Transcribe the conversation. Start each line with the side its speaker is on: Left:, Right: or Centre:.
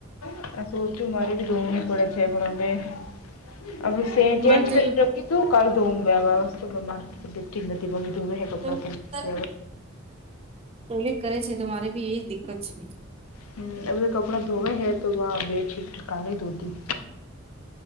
Left: હા, મારે પણ દોડવું પડે છે, પણ આપણે ચેન્જ
Right: મારે તો
Left: કરી
Right: એ
Left: કિધું કાલ ધોઉું બેસ માર્ટ ઠી નથી ગમતું હે
Right: ટોયલેટ
Left: કપડા તો
Right: કોલી કરે છે તો મારે બી એઈ દિકકત છે.
Left: હમ અમને કપડા ધોવે હૈ તોહ બેડશીટ ન કાલે ધોતી.